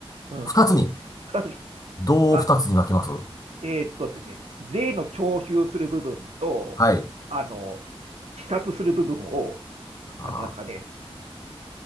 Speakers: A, on the right; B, on the left.
A: うん。
B: 二つに。
A: 二つに。
B: どう二つに分けます
A: あ、えーっとですね、税の徴収する部分と、
B: はい。
A: あの、視察する部分を、
B: あ
A: あの、なんですかね、